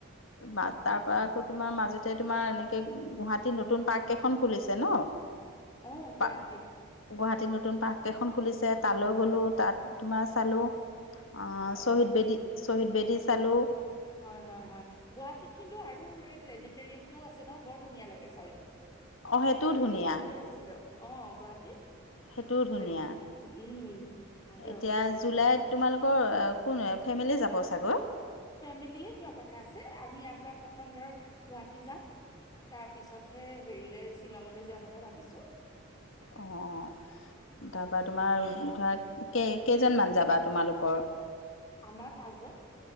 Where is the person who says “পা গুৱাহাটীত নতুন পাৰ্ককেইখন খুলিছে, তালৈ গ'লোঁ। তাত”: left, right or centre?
Left